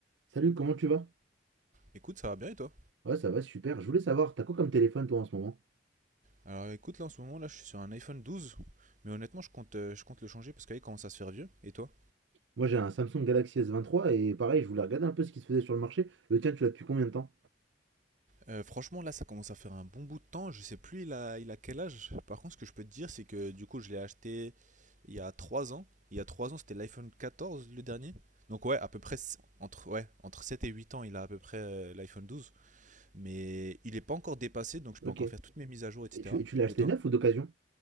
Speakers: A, on the right; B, on the right.
A: Salut, comment tu vas?
B: Écoute, ça va bien et toi?
A: Ouais, ça va, super. Je voulais savoir, t'as quoi comme téléphone toi en ce moment?
B: Alors écoute, là en ce moment, là je suis sur un iPhone 12, mais honnêtement, je compte, euh, je compte le changer parce qu'il commence à se faire vieux. Et toi?
A: Moi j'ai un Samsung Galaxy s vingt-trois et pareil, je voulais regarder un peu ce qui se faisait sur le marché. Le tien, tu l'as depuis combien de temps?
B: Euh, franchement, là ça commence à faire un bon bout de temps, je sais plus il a, il a quel âge. Par contre, ce que je peux te dire, c'est que du coup, je l'ai acheté il y a 3 ans. Il y a 3 ans, c'était l'iPhone 14 le dernier. Donc ouais, à peu près s- entre, ouais, entre 7 et 8 ans, il a à peu près euh, l'iPhone 12, mais il n'est pas encore dépassé, donc je
A: Ok.
B: peux encore
A: Et
B: faire toutes mes mises à jour, etc.
A: tu, et tu l'as acheté
B: Et toi?
A: neuf ou d'occasion?